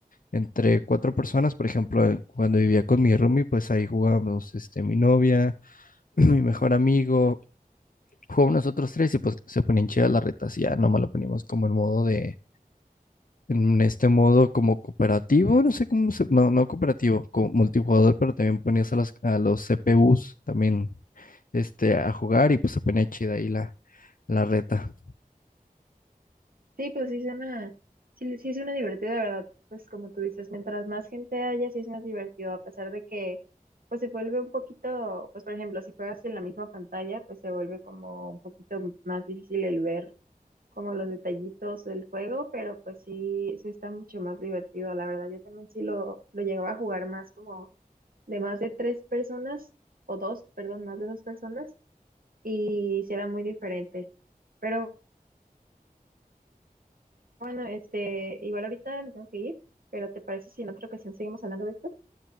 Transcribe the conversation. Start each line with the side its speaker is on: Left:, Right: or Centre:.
Left: entre cuatro personas, por ejemplo, eh, cuando vivía con mi roomie, pues ahí jugábamos, este, mi novia, <clears throat> mi mejor amigo, jugábamos nosotros tres y pues se ponían chidas las retas y ya nomás lo poníamos como el modo de, en este modo como cooperativo, no sé cómo se, no, no cooperativo, como multijugador, pero también ponías a, las- a los CPUs también, este, a jugar y pues se ponía chida ahí la, la reta.
Right: Sí, pues sí suena, sí, sí suena divertido, de verdad. Pues como tú dices, mientras más gente haya, sí es más divertido, a pesar de que pues se vuelve un poquito, pues por ejemplo, si juegas en la misma pantalla, pues se vuelve como un poquito más difícil el ver como los detallitos del juego, pero pues sí, sí está mucho más divertido, la verdad. Yo también sí lo, lo llegaba a jugar más como de más de tres personas, o dos, perdón, más de dos personas, y sí era muy diferente. Pero Bueno, este, igual ahorita me tengo que ir, pero ¿te parece si en otra ocasión seguimos hablando de esto?